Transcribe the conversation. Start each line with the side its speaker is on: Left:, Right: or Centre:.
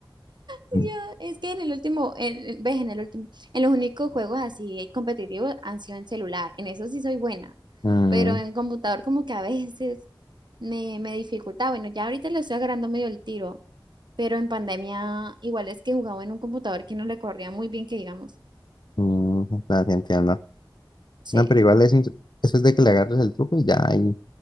Right: Yo,
Left: Mm,
Right: es que en el último, el ves, en el último, en los únicos juegos así competitivos han sido en celular. En eso sí soy buena,
Left: mm,
Right: pero en computador como que a veces me, me dificulta. Bueno, ya ahorita le estoy agarrando medio el tiro, pero en pandemia igual es que jugaba en un computador que no le corría muy bien, que digamos.
Left: mm, no, sí entiendo.
Right: Sí.
Left: No, pero igual es un- eso es de que le agarres el truco y ya ahí